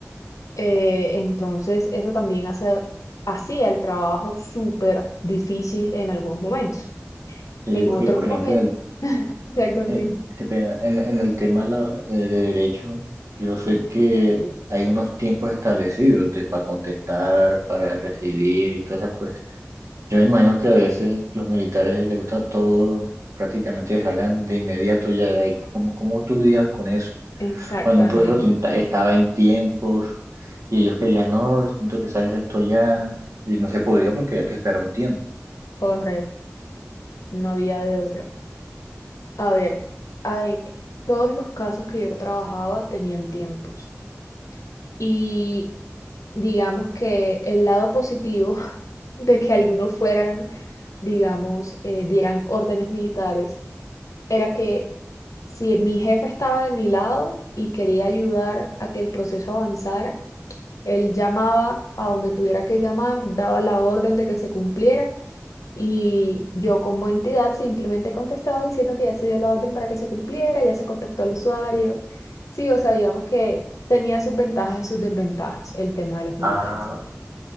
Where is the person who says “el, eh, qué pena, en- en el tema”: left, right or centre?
Right